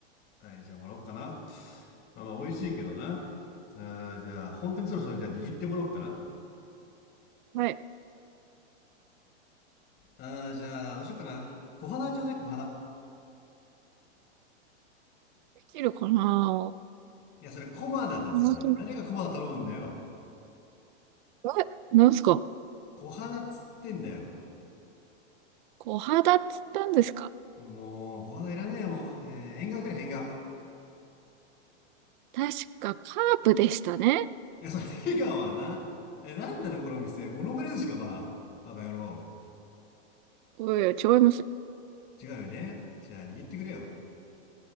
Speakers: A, on the left (about 30°); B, on the right (about 45°).
A: はい、じゃあもらおっかな。まあまあ、美味しいけどな。ああじゃあ、本当にそろそろじゃあ握ってもらおっかな。あ
B: はい。
A: あじゃあ、どうしようかな。小肌ちょうだい、小肌。
B: できるかな
A: いや、それコマダだ、
B: この後
A: それ。誰がコマダ頼むんだよ。
B: え、なんすか
A: 小花っつってんだよ。
B: 小肌っつったんですか
A: もう、小花いらねえよ、もう。えー、縁側くれ、縁側。
B: 確かカープでしたね。
A: いや、それ、縁側はな。え、なんなの、この店。モノマネ寿司か、ば。バカ野郎。
B: おいおい、違いますよ。
A: 違うよね。じゃあ、握ってくれよ。